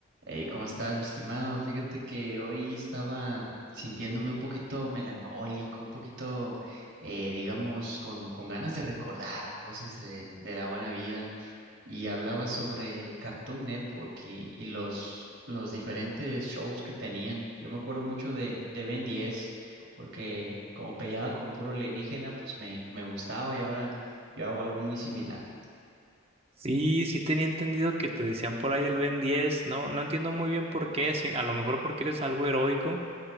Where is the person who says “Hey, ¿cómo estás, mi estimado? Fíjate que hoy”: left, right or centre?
Right